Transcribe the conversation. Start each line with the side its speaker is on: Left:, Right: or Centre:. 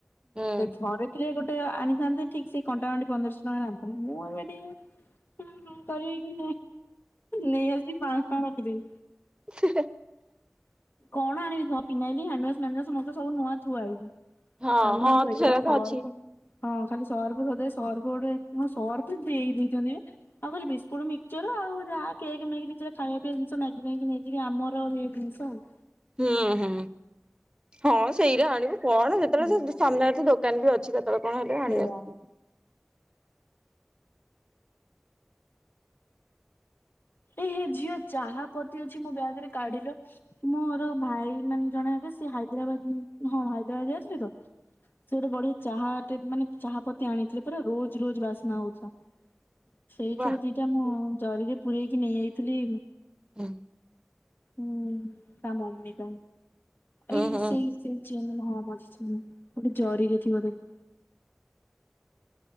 Right: ହୁଁ
Left: ଘରେ ରେ ଗୋଟେ ଆଣିଥାନ୍ତେ ଠିକ ସେ କଣ୍ଟା ବାଣ୍ଡି ପନ୍ଦରଶହ ଟଙ୍କାରେ ଆଣିଥାନ୍ତି ମୁଁ ଏ ଟିକେ ହଁ ହଁ କରିବ ନେଇ ଅଜି ପାଞ୍ଚ ପା ରକ ଦେଇ
Right: ହ
Left: କଣ ଆଣିବି ଫିନାଇଲି ହାଣ୍ଡ ୱାଷ ମାଡ଼ ୱାଷ ଆମର ତ ସବୁ ନୁଆଁ ଥୁଆ ହେଇଚି।
Right: ହଁ
Left: ସାବୁନ
Right: ହଁ ତ
Left: ଏଇଠି
Right: ସେରାକ
Left: ଖାଲି ସରଫ
Right: ଅଛି
Left: ହଁ ଖାଲି ସର୍ଫ ସଦା ସର୍ଫ ଗୋଟେ ହଁ ସର୍ଫ ଦେଇ ଦେଇଛନ୍ତି ଆଉ କହିଲ ବିସ୍କୁଟ ମିକ୍ସର ଆଉ ଯାହା ଖାଇବା ପିଇବା ଜିନିଷ ମ୍ୟାଗି ନେଇ ଆମର ଏ ଜିନିଷ ଆଉ
Right: ହୁଁ ହୁଁ ହଁ ସେଇରେ ଆଣିବୁ କଣ ଯେତେବେଳେ
Left: ହୁଁ।
Right: ସେ ସାମ୍ନାରେ ତ ଦୋକାନ ବି ଅଛି ତ କେତେବେଲେ କଣ ହେଲେ
Left: ସେଇଆ
Right: ଆଣି ଆସୁନି।
Left: ଏ ହେ ଝିଅ ଚାହା ପତି ଅଛି ମୋ ବ୍ୟାଗ ରେ କାଢିଲ। ମୋ ମୋର ଭାଇ ମାନେ ଜଣ ହେବେ ସ ହାଇଦ୍ରାବାଦ ହଁ ହାଇଦ୍ରାବାଦ ଯାଇଥିଲେ ତ ସେ ଗୋଟେ ବଢିଆ ଚାହା ମାନେ ଚାହା ପତି ଆଣିଥିଲେ ପୁରା ରୋଜ ରୋଜ ବାସ୍ନା ହଉଥିଲା। ସେଇଥିର
Right: ହଁ
Left: ଦିଟା ମୁଁ ଜରିରେ ପୂରେଇକି ନେଇଯାଇଥିଲି।
Right: ହୁଁ
Left: ହୁଁ ତା ମମି ତା
Right: ହୁଁ
Left: ଏଇ ସେଇ
Right: ହୁଁ।
Left: ସେଇ ସେଇ ଚେନ ହଁ ମଝି ଚେନ ଗୋଟେ ଜରି ରେ ଥିବ ଦେଖ।